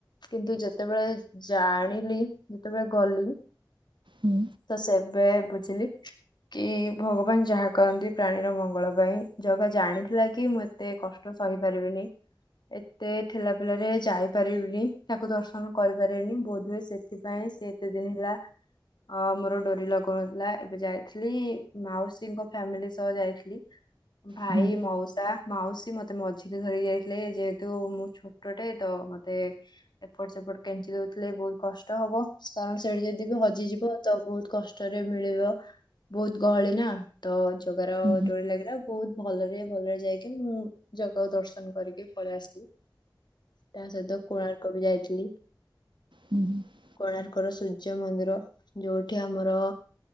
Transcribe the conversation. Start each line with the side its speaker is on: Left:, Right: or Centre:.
Left: କିନ୍ତୁ ଯେତେବେଳେ ଜାଣିଲି ଯେତେବେଳେ ଗଲି
Right: ହୁଁ।
Left: ତ ସେବେ ବୁଝିଲି କି ଭଗବାନ ଯାହା କରନ୍ତି ପ୍ରାଣୀର ମଙ୍ଗଳ ପାଇଁ ଜଗା ଜାଣିଥିଲା କି ମୁଁ ଏତେ କଷ୍ଟ ସହିପାରିବିନି ଏତେ ଠେଲା ପେଲାରେ ଯାଇପାରିବିନି ତାକୁ ଦର୍ଶନ କରିପାରିନି ବୋଧହୁୁଏ ସେଥିପାଇଁ ସେ <unintelligible> ଅ ମୋର ଡୋରି ଲଗାଉନଥିଲା ଏବେ ଯାଇଥିଲି ମାଉସୀଙ୍କ ଫ୍ୟାମିଲି ସହ ଯାଇଥିଲି। ଭାଇ
Right: ହୁଁ
Left: ମାଉସା ମାଉସୀ ମତେ ମତେ ମଝିରେ ଧରି ଯାଇଥିଲେ ଯେହେତୁ ମୁଁ ଛୋଟଟେ ତ ମତେ ଏପଟ ସେପଟ କେଞ୍ଚି ଦଉଥିଲେ ବହୁତ୍ କଷ୍ଟ ହବ। କାରଣ ସେଠି ଯଦି ବି ହଜିଯିବ ତ ବହୁତ କଷ୍ଟରେ ମିଳିବ ବହୁତ୍ ଗହଳି ନା। ତ ଜଗାର
Right: ହୁଁ
Left: ଡୋରି ଲାଗିଲା ବହୁତ ଭଲରେ ଭଲରେ ଯାଇକି ମୁଁ ଜଗା ଦର୍ଶନ କରିକି ପଳେଇ ଆସିଲୁ। ତା ସହିତ କୋଣାର୍କ ବି ଯାଇଥିଲି
Right: ହୁଁ
Left: କୋଣାର୍କ୍ ଙ୍କର ସୂର୍ଯ୍ୟ ମନ୍ଦିର ଯୋଉଠି ଆମର